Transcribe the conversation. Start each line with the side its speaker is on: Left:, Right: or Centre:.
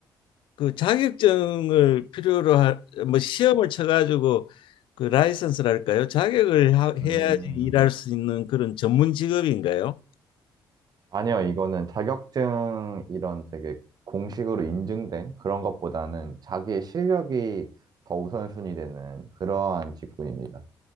Left: 그 자격증을 필요로 하 뭐 시험을 쳐가지고 그 라이선스랄까요? 자격을 하- 해야지
Right: 음,
Left: 일할 수 있는 그런 전문 직업인가요?
Right: 아니요, 이거는 자격증 이런 되게 공식으로 인증된 그런 것보다는 자기의 실력이 더 우선순위 되는 그러한 직군입니다.